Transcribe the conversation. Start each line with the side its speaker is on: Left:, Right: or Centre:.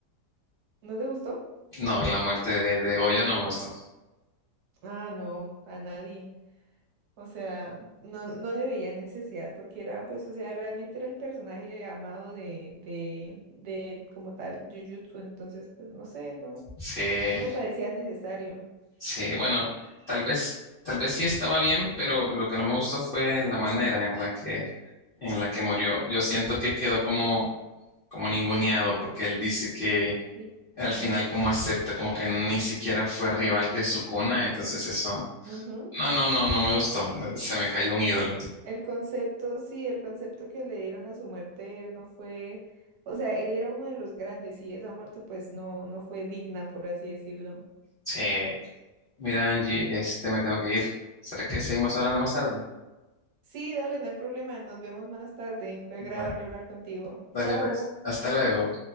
Right: ¿No te gustó?
Left: No, la muerte de, de Goyo no me gustó.
Right: Ah, no, a nadie. O sea, no, no le veía necesidad porque era, pues, o sea, realmente era el personaje amado de, de, de como tal, Jujutsu. Entonces, pues, no sé, no,
Left: Sí.
Right: no me parecía necesario.
Left: Sí, bueno, tal vez, tal vez sí estaba bien, pero lo que no me gustó fue la manera en la que, en la que murió. Yo siento que quedó como, como ninguneado, porque él dice que
Right: Sí.
Left: al
Right: y-
Left: final como acepta, como que ni siquiera fue rival de su cuna, entonces eso,
Right: Ujú.
Left: no, no, no, no me gustó. Se me cayó un ídolo.
Right: El concepto, sí, el concepto que le dieron a su muerte no fue, o sea, él era uno de los grandes y esa muerte pues no, no fue digna, por así decirlo.
Left: Sí, mira, Angie, este, me tengo que ir. ¿Será que seguimos hablando más tarde?
Right: Sí, dale, no hay problema, nos vemos más tarde. Fue agradable
Left: Vale.
Right: hablar contigo.
Left: Dale
Right: Chao.
Left: pues, hasta luego.